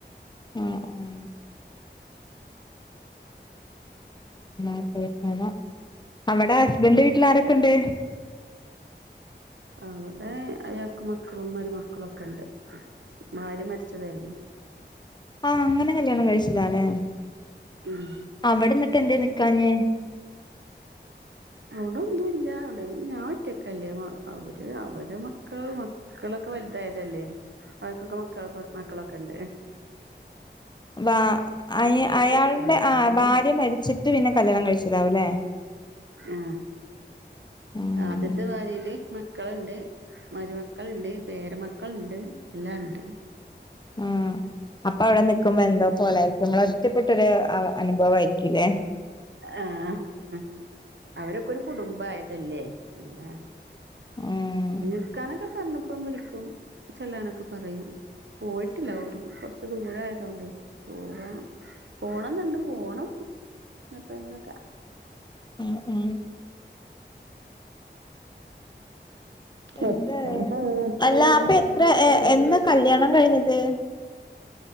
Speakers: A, on the left (about 25°); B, on the right (about 80°).
A: ആഹ് ആഹ് <unintelligible> അവടെ ഹസ്ബന്റെ വീട്ടിലാരൊക്കെണ്ട്
B: അവിടെ അയാക്ക് മക്കളും മരുമക്കളൊക്കെണ്ട് ഭാര്യ മരിച്ചതായിരുന്നു
A: ആഹ് അങ്ങനെ കല്യാണം കഴിച്ചതാല്ലെ
B: ഉം
A: അവിടെന്നിട്ടെന്തേ നിക്കാഞ്ഞേ
B: അവിടൊന്നുല്ല അവിടെ ഞാൻ ഒറ്റക്കല്ലേ അവര് അവരെ മക്കൾ മക്കളൊക്കെ വലുതായതല്ലേ അവർക്കൊക്കെ മക്കൾക്കെ മക്കളൊക്കെണ്ട്
A: വാ അയ അയാളൾടെ
B: അപ്പൊ
A: ആഹ്
B: പിന്നെ
A: ഭാര്യ മരിച്ചിട്ട് പിന്നെ കല്യാണം കഴിച്ചതാവൂല്ലേ
B: ആഹ്
A: ഉം
B: ആദ്യത്തെ ഭാര്യയില് മക്കള്ണ്ട് മരുമക്കൾണ്ട് പേരമക്കളുണ്ട് എല്ലാണ്ട്
A: ഉം അപ്പൊ അവിടെ നിക്കുമ്പോ എന്തോ പോലായിരിക്കും നമ്മളൊറ്റപ്പെട്ടൊരു അനുഭവയിരിക്കുംല്ലേ
B: ആഹ് അവരൊക്കെരു കുടുംബായതല്ലേ പിന്നെ
A: ഉം
B: ന്ക്കാനൊക്കെ കണപ്പം വിളിക്കും ചെല്ലാനൊക്കെ പറയും പോയിട്ടില്ല ഓ കൊറച്ച് ദൂരയതണ്ടയ് പോവണം പോണന്നുണ്ട് പോണം ന്ന് എപ്പോഴെങ്കിലും ഒക്കെ.
A: ഉം ഉം എന്താ
B: മക്കൾക്കും
A: അല്ല അപ്പൊ
B: സ്വന്തം
A: എത്ര
B: ഉമ്മുണ്ടാവും
A: എന്നാ കല്യാണം കഴിഞ്ഞത്?